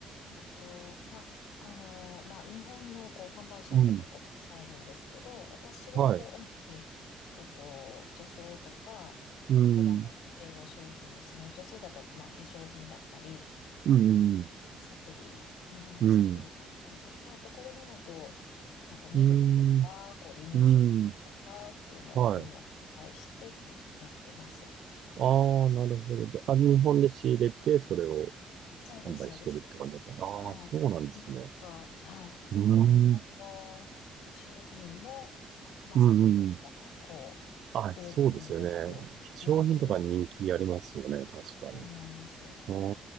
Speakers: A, on the left (about 85°); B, on the right (about 65°).
A: えっと、まあ、あの、まあ、日本のこう販売者って結構たくさんいるんですけど、
B: うん。
A: 私はこう、
B: はい。
A: 主に、えっと、女性とか子供向けの商品ですね。
B: うん。
A: 女性だったら、まあ、化粧品だったり、
B: うん。
A: サプリ、日本のサプリだったりとか、
B: うん。
A: あと子供だと、なんかミルクとか、
B: うん。
A: こう、離乳食とかっていうのを、
B: うん。うん。うんはい。
A: そういうのを販売してってやってます。
B: ああ、なるほど。じゃあ、日本で仕入れて、それを
A: そうです、
B: 販売してるって感じだったの。
A: そうです。はい。
B: ああ、そうなんですね。
A: なんか、はい。
B: うーん。
A: 結構日本の化粧品も、まあサプリとかも結構売れてるんですよ。
B: うんうん。あ、そうですよね。化粧品とか人気ありますよね。
A: 人気。
B: 確かに。
A: そうなんです。
B: うー